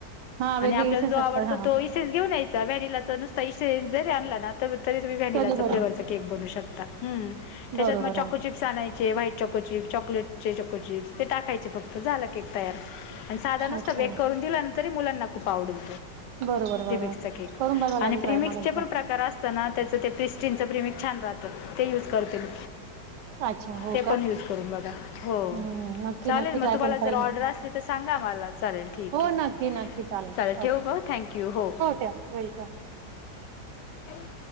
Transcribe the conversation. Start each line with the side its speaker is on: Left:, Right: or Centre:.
Right: हां,
Left: आणि
Right: वेगळे
Left: आपल्याला
Right: इसेन्स
Left: जो आवडतो,
Right: असतात हां,
Left: तो इन्सेेस घेऊन यायचा व्हॅनिलाचा नुसता इन्सेेस जरी आणला ना? तरी तुम्ही व्हॅनिलाचा
Right: तर्री बरोबर.
Left: फ्लेवरचा केक बनू शकता, हम त्याच्यात
Right: बरोबर
Left: मग चॉको
Right: हां,
Left: चिप्स आणायचे व्हाईट चॉकोची चॉकलेट चिप्स हे टाकायचे फक्त झाला केक तयार आणि साधा नुसता
Right: अच्छा.
Left: बेक करून दिला ना तरी मुलांना खूप आवडल
Right: बरोबर बरोबर
Left: ते प्रिमिक्सचा केक
Right: करून बघावं लागेल
Left: आणि प्रिमिक्सचे
Right: ट्राय मला एकदा
Left: पण प्रकार असत ना त्याचं ते प्रिस्टीनचं प्रेमिक्स छान राहतं, ते यूज करते मी.
Right: अच्छा हो
Left: ते
Right: का
Left: पण युज करून बघा हो
Right: हम्म नक्की
Left: चालेल,
Right: नक्की
Left: मग
Right: ट्राय
Left: तुम्हाला
Right: करून पाहिन
Left: जर ऑर्डर असली तर सांगा मला. चालेल ठीक
Right: हो
Left: ये
Right: नक्की नक्की
Left: चालेल ठेवू
Right: ओके
Left: का थँक्यू हो.
Right: ठेव वेलकम
Left: <unintelligible>